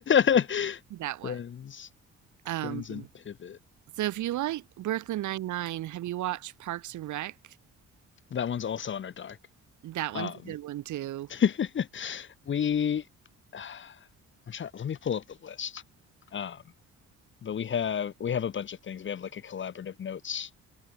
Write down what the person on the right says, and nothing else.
that was.
Um,
so if you like Brooklyn Nine Nine, have you watched Parks and Rec?
That one's
a good one too.